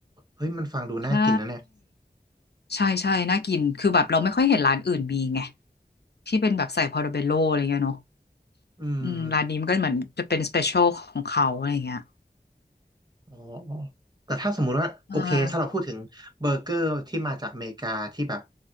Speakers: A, on the right; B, on the left.
A: เฮ้ยมันฟังดูน่ากินนะเนี่ย
B: ใช่ใช่ใช่น่ากินคือแบบเราไม่ค่อยเห็นร้านอื่นมีไงที่เป็นแบบใส่พอร์โตเวโลอะไรเงี้ยเนาะ
A: อืม
B: อืมร้านนี้มันก็เหมือนจะเป็นสเปเชียลของเขาอะไรเงี้ย
A: อ๋ออ๋อแต่ถ้าสมมุติว่าโอเคถ้าเราพูดถึงเบอร์เกอร์ที่มาจากอเมริกาที่แบบ
B: อ่า